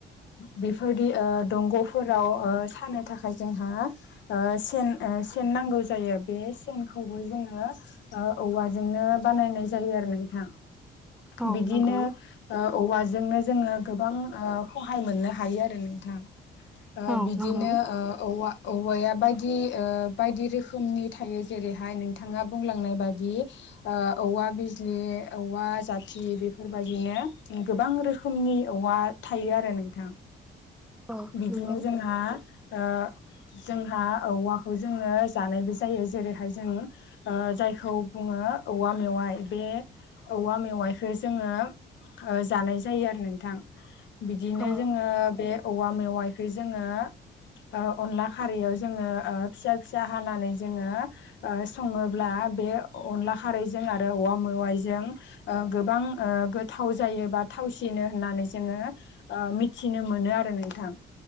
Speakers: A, on the left; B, in the centre.
A: बेफोरदि दंग'फोराव सानो थाखाय जोंहा ओ सेन ओ सेन नांगौ जायो बे सेनखौबो जोङो ओ औवाजोंनो बानायनाय जायो आरो नोंथां
B: औ
A: बिदिनो
B: नंगौ
A: औवाजोंनो जोङो गोबां सहाय मोननो हायो आरो नोंथां
B: औ
A: बिदिनो
B: नंगौ
A: औवा औवाया बायदि बायदि रोखोमनि थायो जेरैहाय नोंथाङा बुंलांनाय बायदि औवा बिजलि औवा जाथि बेफोरबायदिनो गोबां रोखोमनि औवा थायो आरो नोंथां
B: औ
A: बिदिनो
B: नंगौ।
A: जोंहा ओ जोंहा औवाखौ जोङो जानायबो जायो जेरैहाय जों जायखौ बुङो औवा मेवाइ बे औवा मेवाइखौ जोङो जानाय जायो आरो नोंथां बिदिनो
B: औ नंगौ। औ
A: जोङो बे औवा मेवायखै जोङो ओ अनला खारैयाव जोङो ओ फिसा फिसा हानानै जोङो सङोब्ला बे अनला खारैजों आरो औवा मेवाइजों गोबां गोथाव जायो बा थावसिनो होननानै जोङो ओ मिथिनो मोनो आरो नोंथां